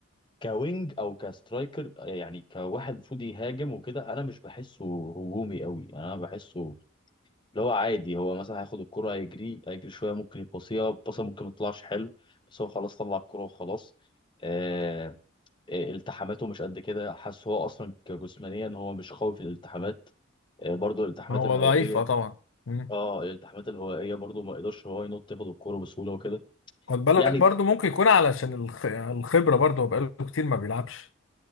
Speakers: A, on the left; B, on the left.
A: كوينج او كسترايكر آه، يعني كواحد المفروض يهاجم وكده انا مش بحسه هجومي قوي انا بحسه اللي هو عادي هو مثلا هياخد الكرة هيجري هيجري شويه ممكن يباصيها باصه ممكن ما تطلعش حلو بس هو خلاص طلع الكرة وخلاص آه، آه، التحاماته مش قد كده حاسس هو اصلا كجسمانيا هو مش قوي في الالتحامات آه، برضه الالتحامات
B: هو
A: الهوائيه
B: ضعيف اه طبعا مم.
A: اه الالتحامات الهوائيه برضه ما يقدرش هو ينط ياخد الكوره بسهوله وكده
B: خد بالك
A: يعني
B: برضو ممكن يكون علشان الخ- الخبره برضو هو بقاله كتير ما بيلعبش